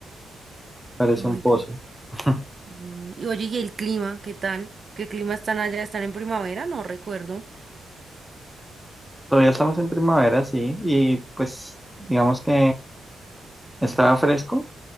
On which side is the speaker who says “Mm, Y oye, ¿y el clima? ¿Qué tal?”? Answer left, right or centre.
Right